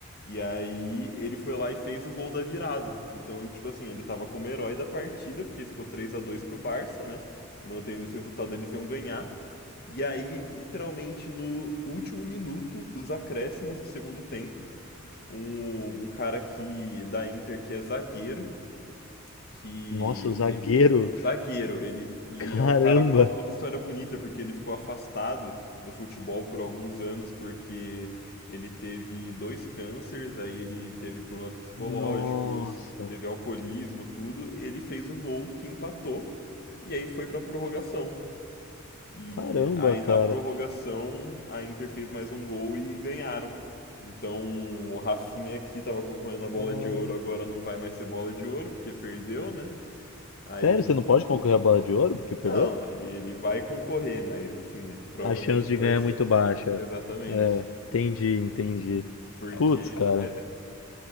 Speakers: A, on the left; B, on the left.
A: E aí ele foi lá e fez o gol da virada. Então, tipo assim, ele tava como herói da partida, porque ficou 3 a 2 pro Barça, né? Mantendo esse resultado, eles iam ganhar. E aí, literalmente no último minuto dos acréscimos do segundo tempo, um, um cara que da Inter que é zagueiro, que
B: Nossa, o zagueiro.
A: ele, o zagueiro, ele e
B: Caramba.
A: é um cara com uma puta história bonita, porque ele ficou afastado do futebol por alguns anos porque ele teve dois cânceres, aí ele teve problemas psicológicos,
B: Nossa.
A: teve alcoolismo, tudo. Ele fez o gol que empatou e aí foi pra prorrogação. E
B: Caramba,
A: aí
B: cara.
A: na prorrogação a Inter fez mais um gol e ganharam. Então o Rafinha que tava concorrendo a bola
B: Ah,
A: de ouro agora não vai mais ser bola de ouro porque perdeu, né? Aí
B: sério, você não pode concorrer à bola de ouro porque perdeu?
A: não, ele, ele vai concorrer, mas assim, provavelmente
B: A chance de
A: vai
B: ganhar
A: ser
B: é muito baixa.
A: exatamente.
B: É, entendi, entendi.
A: Porque
B: Putz, cara.
A: é,